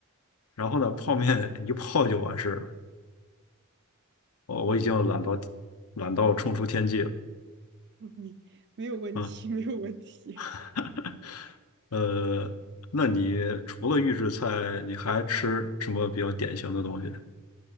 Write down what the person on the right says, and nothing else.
<laughs> 没没有问题，
没有问题，